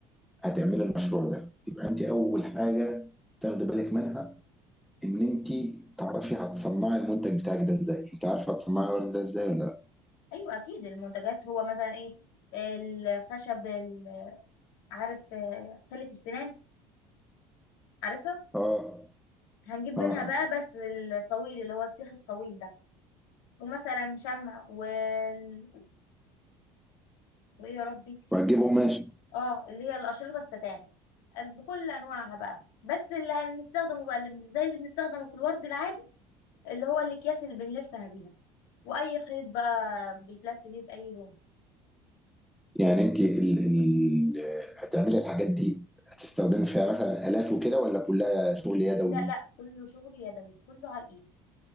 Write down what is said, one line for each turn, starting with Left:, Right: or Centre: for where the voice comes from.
Centre: هتعملي المشروع ده يبقى انت اول حاجه تاخدي بالك منها ان انت تعرفي هتصنعي المنتج بتاعك ده ازاي انت عارفه هتصنعي الورد ده ازاي ولا لا
Left: ايوه اكيد المنتجات هو مثلا ايه الخشب ال- عارف آه، خلة السنان عارفها
Centre: اه
Left: هنجيب منها
Centre: اه
Left: بقى بس الطويل اللي هو السيخ الطويل ده ومثلا شمع وال... وايه يا ربي
Centre: وهتجيب قماش
Left: اه اللي هي الاشرطة الستان ال- بكل انواعها بقى بس اللي هنستخدمه بقى اللي زي اللي بنستخدمه في الورد العادي اللي هو الاكياس اللي بنلفها بيها واي خيط بقى بيتلف بيه باي لون
Centre: يعني انت ال... ال... هتعملي الحاجات دي هتستخدمي فيها مثلا آلات وكده ولا كلها شغل يدوي
Left: لا لا كله شغل يدوي كله على الايد